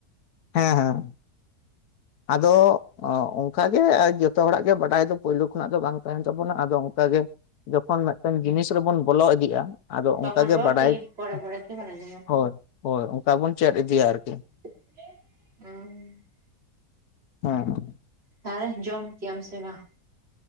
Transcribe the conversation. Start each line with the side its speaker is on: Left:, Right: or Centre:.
Left: ᱦᱮᱸ ᱦᱮᱸ ᱟᱫᱚ ᱚᱱᱠᱟᱜᱮ ᱡᱚᱛᱚ ᱦᱚᱲᱟᱜ ᱜᱮ ᱵᱟᱰᱟᱭ ᱫᱚ ᱯᱳᱭᱞᱳ ᱠᱷᱚᱱᱟᱜ ᱫᱚ ᱵᱟᱝ ᱛᱟᱦᱮᱱ ᱛᱟᱵᱚᱱᱟ ᱾ ᱟᱫᱚ ᱚᱱᱠᱟ ᱜᱮ ᱡᱚᱠᱷᱚᱱ ᱢᱤᱫᱴᱮᱱ ᱡᱤᱱᱤᱥ ᱨᱮᱵᱚᱱ ᱵᱚᱞᱚ ᱤᱫᱤᱜ-ᱟ ᱟᱫᱚ
Right: ᱛᱚᱠᱷᱚᱱ
Left: ᱚᱱᱠᱟ ᱜᱮ
Right: ᱵᱚ
Left: ᱵᱟᱰᱟᱭ
Right: ᱴᱷᱤᱠ ᱯᱚᱨᱮ ᱯᱚᱨᱮ
Left: <inaudible>
Right: ᱛᱮ ᱵᱟᱲᱟᱭ ᱧᱟᱢᱟ
Left: ᱦᱳᱭ ᱦᱳᱭ ᱚᱱᱠᱟ ᱵᱚᱱ ᱪᱮᱫ ᱤᱫᱤᱭᱟ ᱟᱨᱠᱤ ᱾
Right: ᱦᱮᱸ, ᱦᱩᱸ ᱾
Left: ᱦᱮᱸ᱾
Right: ᱛᱟᱦᱚᱞᱮ ᱡᱚᱢ ᱠᱮᱭᱟᱢ ᱥᱮ ᱵᱟᱝ?